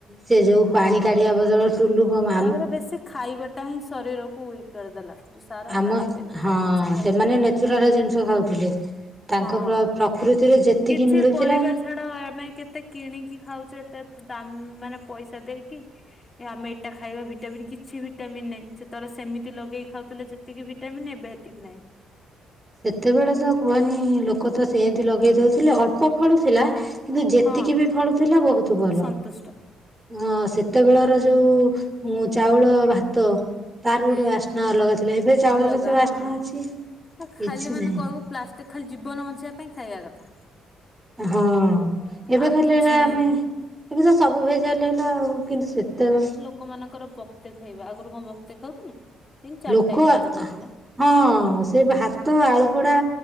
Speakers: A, on the right (about 15°); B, on the left (about 25°).
A: ସେ ଯେଉଁ
B: ହଁ।
A: ପାଣି କାଢ଼ିବା ବଦଳ ଟୁଲୁପ ମା
B: ତାପରେ ବେଶୀ ଖାଇବାଟା ହିଁ ଶରୀରକୁ ୱିକ କରିଦେଲା। ଯୋଉ ସାର
A: ଆମ
B: ଫାର କେମିକାଲ
A: ହଁ
B: ଜିନିଷ ଖାଇକି
A: ସେମାନେ ନେଚୁରାଲ ଜିନିଷ ଖାଉଥିଲେ। ତାଙ୍କ
B: ହଁ।
A: ପ୍ର ପ୍ରକୃତିରେ ଯେତିକି
B: କିଛି
A: ମିଳୁଥିଲା
B: ପରିବା ଛାଡ ଆମେ କେତେ କିଣିକି ଖାଉଛେ ଏତେ ଦାମ ମାନେ ପଇସା ଦେଇକି ଆମେ ସେଟା ଖାଇବା ଭିଟାମିନ୍ କିଛି ଭିଟାମିନ ନହିଁ ସେତେବେଳେ ସେମିତି ଲଗେଇି ଖାଉଥିଲେ ଯେତିକି ଭିଟାମିନ୍ ଏବେ ହେତିକି ନାଇଁ।
A: ସେତେବେଳେ ତ କୁହନି ଲୋକ ତ ସେମତି ଲଗେଇ ଦଉଥିଲେ ଅଳ୍ପ ଫଳୁଥିଲା
B: ହଁ
A: କିନ୍ତୁ ଯେତିକି
B: ହଁ
A: ବି ଫଳୁଥିଲା ବହୁତ ଭଲ।
B: ସନ୍ତୁଷ୍ଟ
A: ହଁ ସେତେବେଳର ଯୋଉ ମୁଁ ଚାଉଳ ଭାତ ତାର
B: ହୁଁ
A: ଗୋଟେ ବାସ୍ନା ଅଲଗା ଥିଲା ଏବେ ଚାଉଳର
B: ଅଲଗା
A: ସେ ବାସ୍ନା
B: ହଁ।
A: ଅଛି।
B: ଖାଲି
A: କିଛି
B: ମାନେ
A: ନାହିଁ
B: କହିବୁ ପ୍ଲାଷ୍ଟିକ ଖାଲି ଜୀବନ ବଞ୍ଚେଇବା ପାଇଁ ଖାଇବା କଥା।
A: ହଁ ଏବେ
B: ଆଉ
A: ଖାଲି
B: କିଛି
A: ଏଟା
B: ନାହିଁ।
A: ଆମେ ଏବେ ତ ସବୁ। ଜଲ ହେଲା ଆଉ କିନ୍ତୁ ସେତେବେଲ।
B: ଲୋକମାନାନଙ୍କର ବକ୍ତେ ଖାଇବା ଆଗରୁ କଣ ବକ୍ତେ ଖାଉଥିଲେ। ତିନି ଚାରି
A: ଲୋକ
B: ଟାଇମ ଭାତ ଖାଉଥିଲା
A: ଆ ହଁ ସେ ଭାତ ଆଳୁପଡା